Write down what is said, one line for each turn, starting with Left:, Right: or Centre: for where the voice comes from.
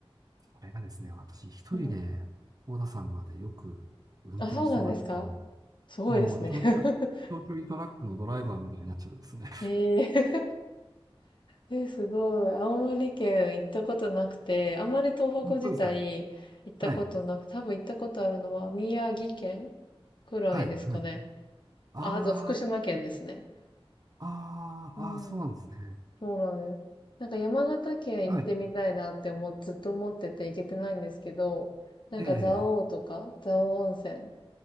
Right: それがですね、私一人で大田山までよく運転してますので。
Left: うんうん。あ、そうなんですかすごいですね。
Right: もう長距離、
Left: <laughs>
Right: 長距離トラックのドライバーみたいになっちゃってますね。
Left: えええ、すごい。青森県行ったことなくて、あまり東北自体行ったことなく、
Right: <laughs> そうですかはい。
Left: 多分行ったことあるのは宮城県くらいですかね。
Right: はい。はい。あー
Left: あ、あと福島県ですね。
Right: あー、
Left: うん。
Right: あーそうなんですね。
Left: そうなんです。なんか山形県行ってみたいなって思っ、
Right: はい。
Left: ずっと思ってて行けてないんですけど、なんか蔵王とか、
Right: ええ
Left: 蔵王温泉。